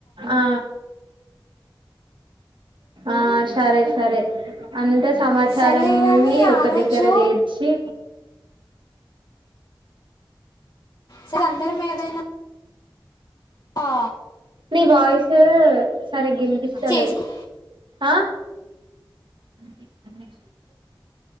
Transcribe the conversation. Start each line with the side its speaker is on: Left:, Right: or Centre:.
Right: ఆ ఆ సరే సరే అంత సమాచారాన్ని
Left: సరే కానీ ఆ
Right: ఒక
Left: రోజు
Right: దగ్గర చేర్చి
Left: సరే అందర మీ ఏదైనా ఆ
Right: నీ వయిసు సరి గినిపిచాల
Left: చేసుకు
Right: ఆా అ అ